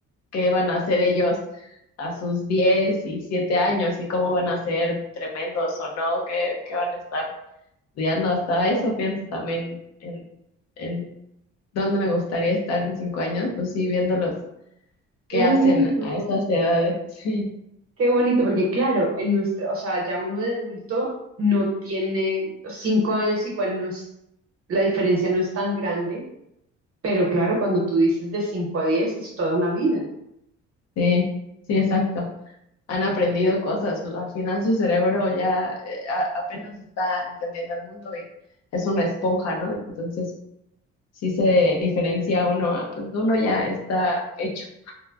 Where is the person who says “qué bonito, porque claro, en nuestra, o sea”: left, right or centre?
Right